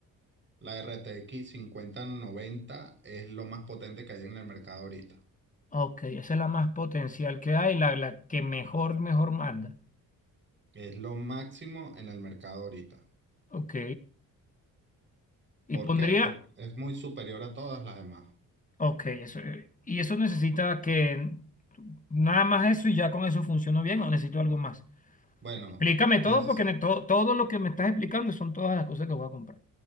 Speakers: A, on the right (about 35°); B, on the left (about 25°).
A: La RTX 5090 es lo más potente que hay en el mercado ahorita.
B: Ok, esa es la más potencial que hay, la, la que mejor, mejor manda.
A: Es lo máximo en el mercado ahorita.
B: Ok. Y
A: ¿Por
B: pondría,
A: qué? Porque es muy superior a todas las demás.
B: Ok, eso. eh, ¿Y eso necesita que nada más eso y ya con eso funciona bien o necesito algo más?
A: Bueno,
B: Explícame todo
A: neces-
B: porque ne- todo, todo lo que me estás explicando son todas las cosas que voy a comprar.